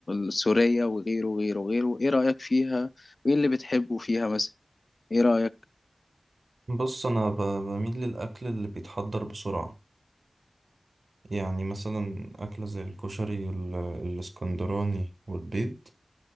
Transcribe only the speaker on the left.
السوريه وغيره وغيره وغيره ايه رايك فيها وايه اللي بتحبه فيها مثلا ايه رايك